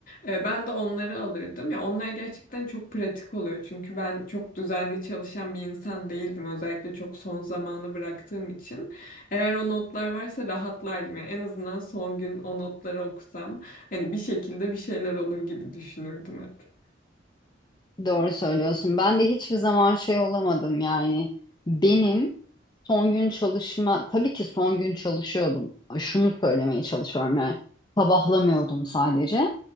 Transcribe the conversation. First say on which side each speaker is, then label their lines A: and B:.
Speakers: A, on the left; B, on the left.
A: E, ben de onları alırdım. Ya onlar gerçekten çok pratik oluyor. Çünkü ben çok düzenli çalışan bir insan değildim. Özellikle çok son zamanı bıraktığım için. Eğer o notlar varsa rahatlardım. Yani en azından son gün o notları okusam hani bir şekilde bir şeyler olur gibi düşünürdüm hep.
B: Doğru söylüyorsun. Ben de hiçbir zaman şey olamadım yani. Benim son gün çalışma, tabii ki son gün çalışıyordum. Şunu söylemeye çalışıyorum yani. Sabahlamıyordum sadece.